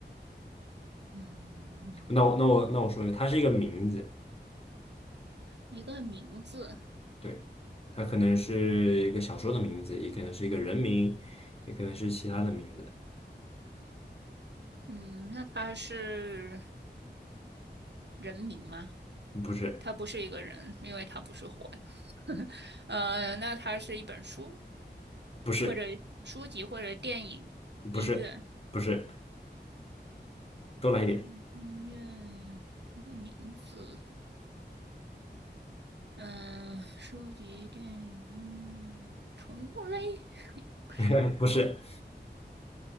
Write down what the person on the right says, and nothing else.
嗯，
一个名字。
嗯，那它是。人名吗？
他不是一个人，因为他不是活的。<laughs> 呃，那它是一本书，
或者书籍，或者电影、
音乐、
电影、音乐一个名字。嗯，书籍、电影、音乐、宠物类。<laughs>